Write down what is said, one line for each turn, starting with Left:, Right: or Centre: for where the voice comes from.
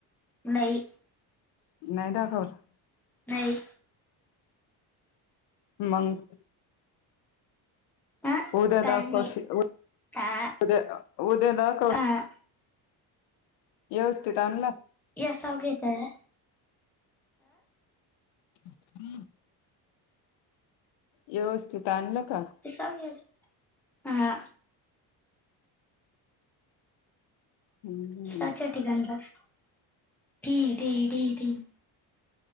Centre: नाही.
Left: नाही दाखवत.
Centre: नाही‌.
Left: मंग.
Centre: ह
Left: उद्या
Centre: काय
Left: ना
Centre: नाही
Left: कोशी उद्या
Centre: आ
Left: उद्या नाकोश
Centre: आ
Left: व्यवस्थित आणला.
Centre: यासव घेताय.
Left: <inaudible> व्यवस्थित आणलं का?
Centre: तेस य हा.
Left: हम्म
Centre: <unintelligible>